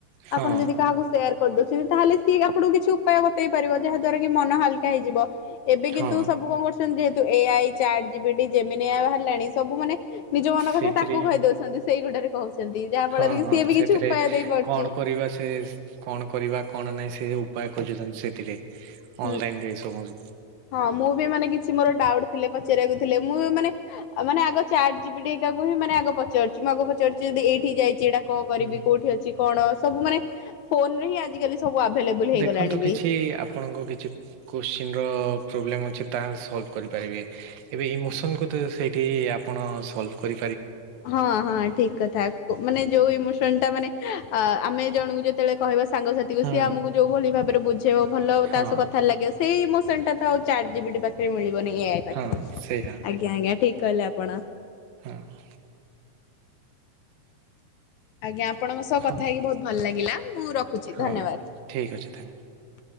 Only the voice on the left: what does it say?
ଆପଣ ଯଦି କାହାକୁ ସେୟାର। କରିଦଉଛନ୍ତି, ତାହେଲେ ସିଏ ଆପଣଙ୍କୁ କିଛି ଉପାୟ ବତେଇ ପାରିବ ଯାହା ଦ୍ଵାରା କି ମନ ହାଲକା ହେଇଯିବ। ଏବେ କିନ୍ତୁ
ସବୁ କଣ କରୁଛନ୍ତି, ଯେହେତୁ ଏ ଆଇ ଚ ଜି ମିନି ବାହାରିଲାଣି ସବୁ ମାନେ ନିଜ ମନ କଥା
ତାକୁ କହିଦଉଛନ୍ତି ସେଇ ଗୁଡାରେ କହୁଛନ୍ତି। ଯାହା ଫଳରେ
କି
ସିଏ ବି
କିଛି ଉପାୟ ଦେଇ ପାରୁଛି।
ହଁ
ହଁ ମୁଁ ବି ମାନେ କିଛି ମୋରଡାଉଟ। ଥିଲେ ପଚାରିବାକୁ ଥିଲେ। ମୁଁ ମାନେ ମାନେ ଆଗ ଚାଟ ଯିବି ଟାକୁ ହିଁ ମାନେ ପଚାରୁଛି ମୁଁ ଆଗ ପଚାରୁଛି ଯଦି ଏଇଠି ଯାଇଛି ଏଇଟା। କଣ କରିବି
କୋଉଠି ଅଛି କଣ ସବୁ ମାନେ ଫୋନରେ ହିଁ ଆଜିକାଲି। ସବୁ ଆଭେଲେବୁଲ ହେଇଗଲାଣି
ବି।
ହଁ ହଁ ଠିକ କଥା କୁ ମାନେ ଯୋଉ ଇମୋସନଟା ମାନେ ଆ ଆମେ ଜଣକୁ ଯେତେବେଳେ। କହିବା ସାଙ୍ଗସାଥି କ ସିଏ
ଆମକୁ ଯୋଉ ଭଳି ଭାବରେ ବୁଝେଇବ ଭଲ
ତା ସହ କଥାରେ ଲାଗିବ ସେଇ ଇମୋ ସେଟାତ ଆଉ ଚାର୍ଟ ପାଖରେ ମିଳିବନି ଏ ଆଇ ପାଖରେ
ଆଜ୍ଞା ଆଜ୍ଞା ଠିକ କହିଲେ ଆପଣ।
ଆଜ୍ଞା ଆପଣଙ୍କ ସହ
କଥା ହେଇକି ବହୁତ ଭଲ ଲାଗିଲା। ମୁଁ ରଖୁଚି
ଧନ୍ୟବାଦ।